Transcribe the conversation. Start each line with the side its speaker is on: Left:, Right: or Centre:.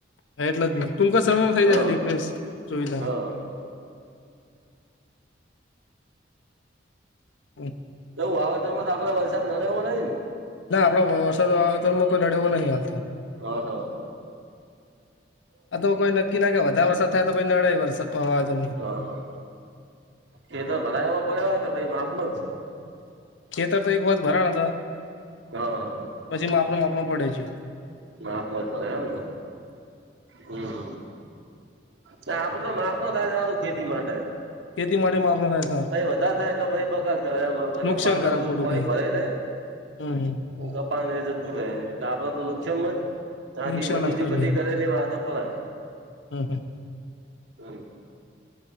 Left: હા એટલે જ ને! ટૂંકા સમયમાં થઈ
Right: હા
Left: જાહે લીફ્ટની સુવિધા.
Right: હા
Left: ઉમ.
Right: જ વાવેતરમાં તો આપડે વરસાદ નડે એવો નહીં ને?
Left: ના આપડો વરસાદ વાવેતરમાં કોઈ નડે એવો નહીં હાલતો.
Right: અ હ.
Left: આ તો કોઈ નક્કી ના કે વધારે વરસાદ થાય તો પહી નડેય વરસાદ પવા <unintelligible>
Right: હા હા ખેતર ભરાય એવો પડ્યો હે કે પછી માપનું જ?
Left: ખેતર તો એકવાર ભરાણા હતાં.
Right: હ.
Left: પછી માપનું માપણું પડે જયો.
Right: માપમાં જ પડે એમને. હમ્મ, તા આપડુ તો માપમા થાય છે હારુ ખેતી માટે.
Left: ખેતી માટે માપનો હે.
Right: પહી વધાર થાય એટલે પહી બગાડ કરે એમ આપણે
Left: નુકસાન
Right: કપાને
Left: કરાવ
Right: બધું
Left: ખોટું
Right: પોણી
Left: ભાઈ
Right: ભરાય રેય.
Left: હમ હમ
Right: ઉ કપાને એ જતું રહેે એટલે આપડે તો નુકસાનમાં જ. તાથી
Left: નુકસાન
Right: મજૂરી
Left: જ કરે
Right: બધી
Left: ભાઈ.
Right: કરેલી વાત હાભળ
Left: હમ હમ
Right: હમ્મ.